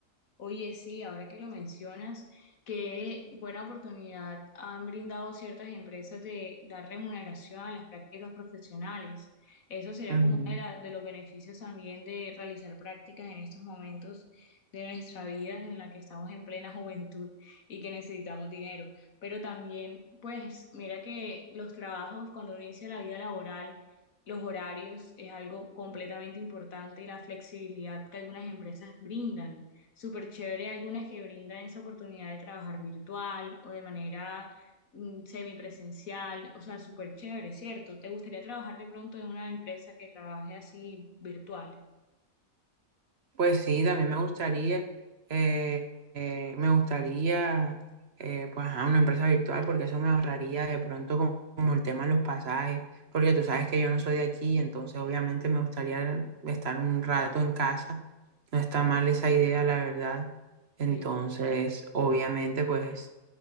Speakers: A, on the left; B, on the right.
A: Oye, sí, ahora que lo mencionas, qué buena oportunidad han brindado ciertas empresas de dar remuneración a las prácticas profesionales. Eso sería
B: Ujú.
A: como uno de, la- de los beneficios también de realizar prácticas en estos momentos de nuestra vida en la que estamos en plena juventud y que necesitamos dinero. Pero también, pues, mira que los trabajos, cuando uno inicia la vida laboral, Los horarios es algo completamente importante y la flexibilidad que algunas empresas brindan súper chévere algunas que brindan esa oportunidad de trabajar virtual o de manera mm, semipresencial, o sea, súper chévere, ¿cierto? ¿Te gustaría trabajar de pronto en una empresa que trabaje así virtual?
B: Pues sí, también me gustaría, eh, eh, me gustaría, eh, pues, a una empresa virtual, porque eso me ahorraría de pronto como, como el tema de los pasajes, porque tú sabes que yo no soy de aquí, entonces obviamente me gustaría estar un rato en casa. No está mal esa idea, la verdad. Entonces,
A: Sí,
B: obviamente, pues,